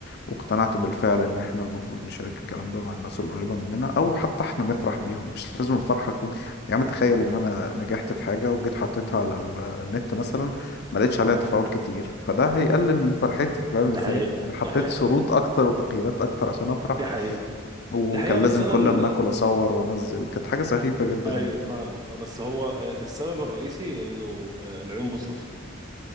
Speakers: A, on the left; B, on the right.
A: واقتنعت بالفعل ان احنا المفروض نشارك الكلام ده مع الناس القريبه مننا او حتى احنا نفرح بيهم مش لازم الفرحه تكون يا عم تخيل ان انا نجحت في حاجه وجيت حطيتها على ال- النت مثلا ما لقيتش عليها تفاعل كتير فده هيقلل من فرحتي فاهم ازاي
B: ده حقيقة
A: انا حطيت
B: ده حقيقة
A: شروط اكتر وتقييدات اكتر عشان افرح
B: دي حقيقة
A: وكان
B: دي حقيقة بس
A: لازم
B: أنا
A: كل
B: ال...
A: ما اكل اصور وانزل كانت حاجه سخيفه جدا
B: ايوه
A: يعني
B: فاهمك اه بس هو آه، السبب الرئيسي انه آه، العيون بصص